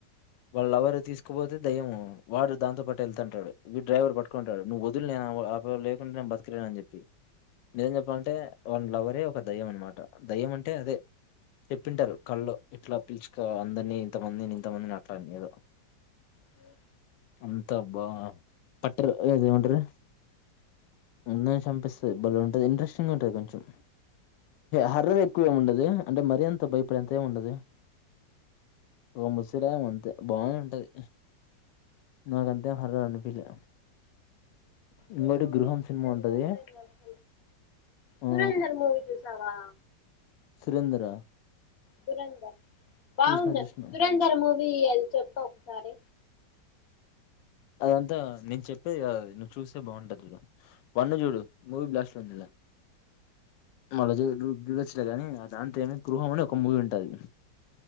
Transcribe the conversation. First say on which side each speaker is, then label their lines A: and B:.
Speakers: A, on the left; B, on the left.
A: వాళ్ళు ఎవరు తీసుకుపోతే దయ్యము వాడు దాంతో పాటు వెళ్తుంటడు విడు డ్రైవర్ పట్టుకుంటాడు నువ్వు వదులు ఆమె ఆ పిల్ల లేకుంటే నేను బతకలేననీ అని చెప్పి నిజం చెప్పాలంటే వాళ్ళ లవరే ఒక దయ్యం అనమాట దయ్యం అంటే అదే చెప్పింటారు కళ్ల్లో ఇట్లా పిలుచుక అందరిని ఇంతమందినీ ఇంతమందినీ అట్లాని ఏదో
B: హు
A: అంతా బా పట్టరు ఆది ఏమంటారు అందరిని చంపేస్తది బలే ఉంటుది ఇంట్రెస్టింగ్ ఉంటది కొంచెం హార్రర్ ఎక్కువ ఏమి ఉండదు అంటే మరి అంత భయపడేంత ఏమి ఉండదు ఒక ముసలామె అంతే బానే ఉంటది నాకంతేమీ హార్రర్ అనిపిలే ఇంకోటి
B: నేను మూవీ
A: గృహం
B: చూసాను
A: సినిమా ఉంటది
B: గౌరవం గౌరవం
A: ఆ
B: దురంధర్ మూవీ చూసావా
A: సురేంద్ర
B: దురంధర్ బాగుంది
A: చూసిన చూసిన
B: ఆది దురంధర్ మూవీ ఆది చెప్పు ఒక సారి
A: అదంతా నేను చెప్పే కాదు అది నువ్వు చూస్తే బాగుంటాది చూడు వన్ చూడు మూవీ బ్లాస్ట్ర్ ఉంది మళ్ళా <unintelligible> కాని అ దాంతో ఏమి గృహం అని ఒక మూవీ ఉంటది